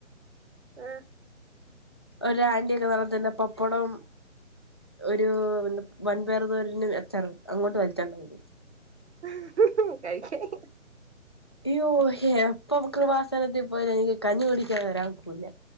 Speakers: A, on the right; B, on the left.
A: ആ
B: ഒര് ആന്റി ഒക്കെ നടത്തുന്ന പപ്പടം ഒരു വൻപയർ തോരനും അച്ചാറും അങ്ങോട്ട് വലിച്ചോണ്ടങ്ങ് പോകും
A: ഹ് ഹും കഴിക്കാൻ
B: ഇയ്യോ എപ്പോ കൃപാസന സനത്തിൽ പോയാ ലും എനിക്ക് കഞ്ഞി കുടിക്കാതെ വരാൻ ഒക്കൂല്ല